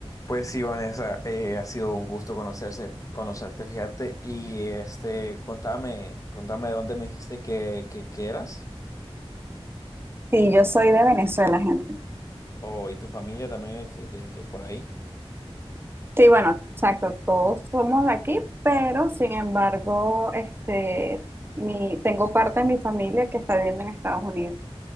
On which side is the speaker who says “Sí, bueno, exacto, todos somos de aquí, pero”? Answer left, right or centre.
Right